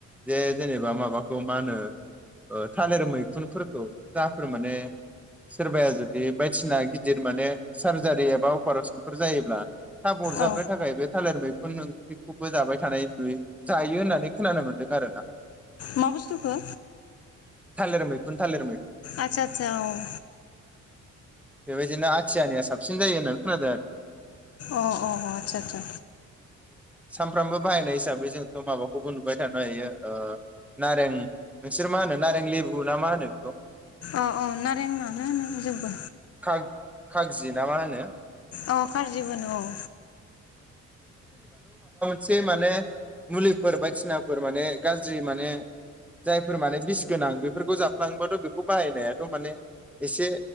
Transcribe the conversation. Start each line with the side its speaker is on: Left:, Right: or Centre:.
Centre: जे जेनेबा माबाखौ मा होनो ओ थालिर मैखुनफोरखौ जाफोर माने सोरबाया जुदि बायदिना गिदिर माने सार्जारि एबा अपारेशनफोर जायोब्ला थाब अरजाबनो
Left: औ
Centre: थाखाय बे थालिर मै फोरनो बिखौबो जाबाय थानाय नुयो जायो होननानै खोनानो मोन्दों आरो ना
Left: मा बुस्थुखौ
Centre: थालिर थालिर
Left: आथसा आथसा औ
Centre: बेबायदिनो आथियानिया साबसिन जायो होननानै खोनादों आरो
Left: अ अ अ आदसा आदसा
Centre: सामफ्रामबो बाहायनायसै हिसाबै जोंथ माबाखौबो नुबाय थानो हायो ओ नारें नोंसोर मा होनो नारें लेबु ना मा होनो बेखौ
Left: अ अ नारें आनो होनो जोंबो
Centre: खाग खागजि ना मा होनो
Left: औ कारजिबो होनो औ
Centre: से माने मुलिफोर बायदिसिनाफोर माने गाज्रि माने जायफोर माने बिस गोनां बेफोरखौ जाफ्लांबाथ बेखौ बाहायनायाथ माने एसे